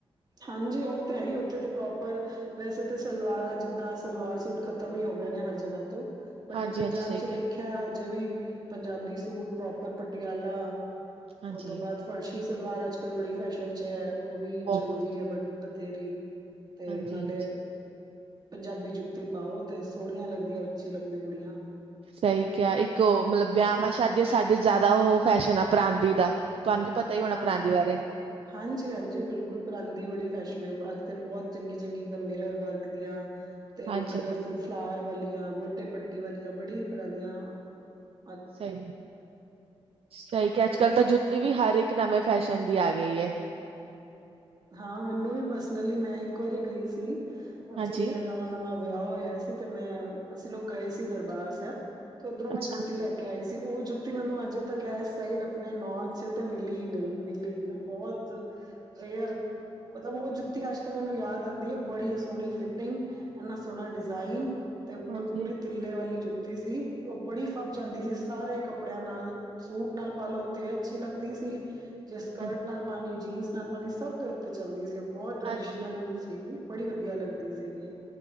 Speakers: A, on the right; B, on the right.
A: ਹਾਂਜੀ ਉਹ ਤੇ ਹੈ ਹੀ ਉੱਥੇ ਤੇ ਪ੍ਰੋਪਰ। ਵੈਸੇ ਤਾਂ ਸਲਵਾਰ ਆ ਜਿੱਦਾਂ ਸਲਵਾਰ ਸੂਟ ਖ਼ਤਮ ਹੀ ਹੋ ਗਏ ਨੇ ਹਰ ਜਗ੍ਹਾ ਤੋਂ। ਬਟ
B: ਹਾਂਜੀ-ਹਾਂਜੀ
A: ਮੈਂ ਪੰਜਾਬ
B: ਸਹੀ
A: ਚ
B: ਕਿਹਾ।
A: ਦੇਖਿਆ ਹਜੇ ਵੀ ਪੰਜਾਬੀ ਸੂਟ ਪ੍ਰੋਪਰ ਪਟਿਆਲਾ। ਉਹ
B: ਹਾਂਜੀ,
A: ਤੋਂ ਬਾਅਦ ਫਰਸ਼ੀ ਸਲਵਾਰ ਅੱਜ-ਕੱਲ੍ਹ ਬੜੀ ਫੈਸ਼ਨ 'ਚ ਹੈ। ਉਹ ਵੀ
B: ਬਹੁਤ
A: ਚੱਲਦੀ ਹੈ ਬਟ ਬਥੇਰੀ ਤੇ
B: ਹਾਂਜੀ-ਹਾਂਜੀ,
A: ਨਾਲੇ ਪੰਜਾਬੀ ਜੁੱਤੀ। ਜੁੱਤੀ ਪਾਓ ਤੇ ਸੋਹਣੀਆਂ ਲੱਗਦੀਆਂ ਉੱਚੀ ਲੰਬੀ ਕੁੜੀਆਂ।
B: ਸਹੀ ਕਿਹਾ ਇੱਕ ਉਹ ਮਤਲਬ ਵਿਆਹਮਾਸ਼ਾਦੀ 'ਚ ਸਾਡੇ ਜ਼ਿਆਦਾ ਉਹ ਫੈਸ਼ਨ ਆ ਪਰਾਂਦੀ ਦਾ। ਤੁਹਾਨੂੰ ਵੀ ਪਤਾ ਹੀ ਹੋਣਾ
A: ਹਾਂ
B: ਪਰਾਂਦੀ ਬਾਰੇ,
A: ਹਾਂਜੀ ਹਾਂਜੀ ਬਿਲਕੁਲ ਪਰਾਂਦੀ ਬੜੀ ਫੈਸ਼ਨਲ। ਤੇ ਬਹੁਤ ਚੰਗੀ ਚੰਗੀ ਇੱਕਦਮ ਮਿਰਰ ਵਰਕ ਦੀਆਂ ਤੇ
B: ਹਾਂਜੀ
A: ਕਲਰਫੁਲ ਫਲਾਵਰ ਵਾਲੀਆਂ । ਗੋਟੇ ਪੱਟੇ ਵਾਲੀਆਂ ਬੜੀ ਪੁਰਾਣੀਆਂ ਹੈ।
B: ਸਹੀ ਸਹੀ ਕਿਹਾ ਅੱਜ ਕੱਲ ਤਾਂ ਜੁੱਤੇ ਵੀ ਹਰ ਇੱਕ। ਇੱਕ ਨਵੇਂ ਫੈਸ਼ਨ ਦੀ ਆ ਗਈ ਹੈ?
A: ਹਾਂ ਮੈਨੂੰ ਵੀ ਪਰਸਨਲੀ ਮੈਂ ਇੱਕ ਵਾਰੀ ਗਈ ਸੀ
B: ਹਾਂਜੀ,
A: ਜਦ ਮੇਰਾ ਨਵਾਂ ਨਵਾਂ। ਵਿਆਹ ਹੋਇਆ ਸੀ ਤੇ ਮੈਂ ਅਸੀਂ ਲੋਕ ਗਏ ਸੀ ਦਰਬਾਰ ਸਾਹਿਬ ਤੇ ਉੱਧਰੋਂ ਮੈਂ
B: ਅੱਛਾ,
A: ਜੁੱਤੀ ਲੈ ਕੇ ਆਈ। ਸੀ ਉਹ ਜੁੱਤੀ ਮੈਨੂੰ ਅਜੇ ਤੱਕ ਇਸ ਸਾਈਡ ਆਪਣੇ ਨੌਰਥ 'ਚ ਤੇ ਮਿਲੀ ਨਹੀਂ ਮਿਲੀ ਨਹੀਂ ਬਹੁਤ। ਰੇਅਰ। ਮਤਲਬ ਉਹ ਜੁੱਤੀ ਅੱਜ ਤੱਕ ਮੈਨੂੰ ਯਾਦ ਆਉਂਦੀ ਏ ਬੜੀ ਸੋਹਣੀ ਫਿਟਿੰਗ ਇੰਨਾ ਸੋਹਣਾ ਡਿਜ਼ਾਇਨ। ਤੇ ਉੱਪਰ
B: ਹਾਂਜੀ,
A: ਪੂਰੀ ਤਲੇ ਵਾਲੀ ਜੁੱਤੀ ਸੀ ਉਹ ਬੜੀ ਫੱਬ ਜਾਂਦੀ ਸੀ ਸਾਰੇ ਕੱਪੜੇ। ਕੱਪੜਿਆਂ ਨਾਲ ਸੂਟ ਨਾਲ ਪਾਲੋ ਤੇ ਅੱਛੀ ਲੱਗਦੀ ਸੀ ਜੇ ਸਕਰਟ
B: ਹਾਂਜੀ,
A: ਨਾਲ ਪਾਲੋ ਜੀਨਸ। ਨਾਲ ਬਣੀ ਸਭ ਦੇ ਉੱਤੇ ਚੱਲਦੀ ਸੀ ਉਹ ਬਹੁਤ ਟ੍ਰਡੀਸ਼ਨਲ
B: ਹਾਂਜੀ,
A: ਸੀਗੀ ਬੜੀ ਵਧੀਆ ਲੱਗਦੀ ਸੀਗੀ।